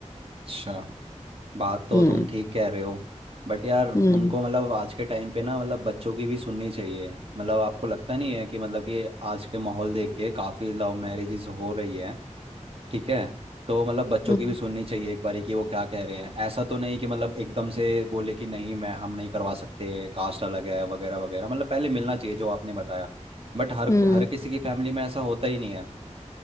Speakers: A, on the right; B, on the left.
A: अच्छा बात तो
B: हम्म
A: तुम ठीक कह रहे हो बट यार
B: हम्म
A: उनको मतलब आज के टाइम पे ना मतलब बच्चों की भी सुननी चाहिए मतलब आपको लगता नहीं है कि मतलब कि आज के माहौल देख के काफ़ी लव मैरिजेस हो रही है ठीक है तो मतलब बच्चों
B: हम्म
A: की भी सुननी चाहिए एक बारी कि वो क्या कह रहे हैं ऐसा तो नहीं कि मतलब एकदम से बोले कि नहीं मैं हम नहीं करवा सकते कास्ट अलग है वगैरह वगैरह मतलब पहले मिलना चाहिए जो आपने बताया बट हर
B: हम्म
A: हर किसी की फैमिली में ऐसा होता ही नहीं है